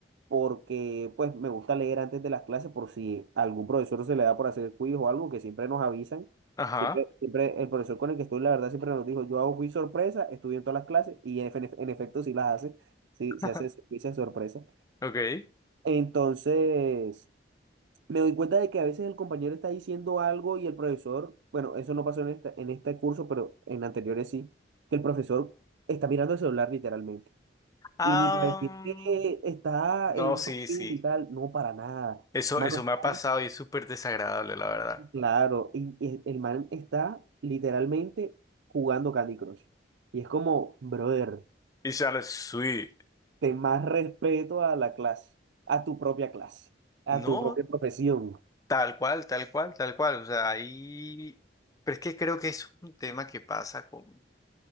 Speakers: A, on the right; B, on the left.
A: porque pues me gusta leer antes de las clases por si a algún profesor se le da por hacer quiz o algo que siempre nos avisan.
B: ajá,
A: Siempre, siempre el profesor con el que estoy, la verdad, siempre nos dijo, yo hago quiz sorpresa, estudio en todas las clases y en, efe- en efecto sí las hace, sí,
B: <laughs>
A: sí hace quiz de sorpresa.
B: ok.
A: Entonces, me doy cuenta de que a veces el compañero está diciendo algo y el profesor, bueno, eso no pasó en este, en este curso, pero en anteriores sí, que el profesor está mirando el celular literalmente.
B: Ah,
A: Y ni para decir que está
B: no,
A: en un
B: sí,
A: partido
B: sí.
A: y tal, no, para nada.
B: Eso,
A: Mano,
B: eso
A: está,
B: me ha pasado y es súper desagradable, la verdad.
A: claro, y, y el man está literalmente jugando Candy Crush. Y es como, brother,
B: y sale sweet.
A: ten más respeto a la clase, a tu propia clase, a
B: No,
A: tu propia profesión.
B: tal cual, tal cual, tal cual. O sea, ahí... Pero es que creo que es un tema que pasa con...